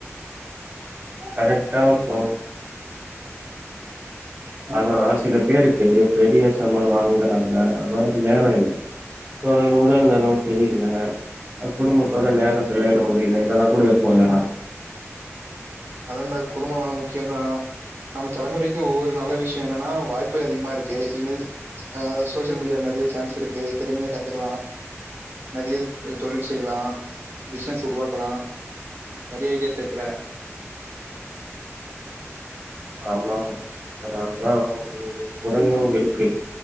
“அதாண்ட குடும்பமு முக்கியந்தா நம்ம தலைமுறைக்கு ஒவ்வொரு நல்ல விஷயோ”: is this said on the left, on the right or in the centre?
Right